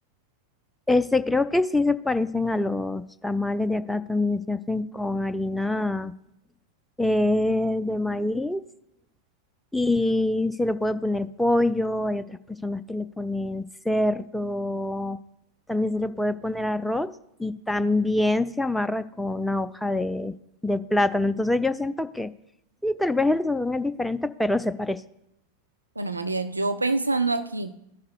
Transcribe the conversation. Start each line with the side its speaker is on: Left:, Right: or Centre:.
Centre: Este, creo que sí se parecen a los tamales de acá, también se hacen con harina eh, de maíz Y se le puede poner pollo, hay otras personas que le ponen cerdo, también se le puede poner arroz y también se amarra con una hoja de, de plátano. Entonces yo siento que sí, tal vez el sazón es diferente, pero se parece.
Right: Bueno, María, yo pensando aquí,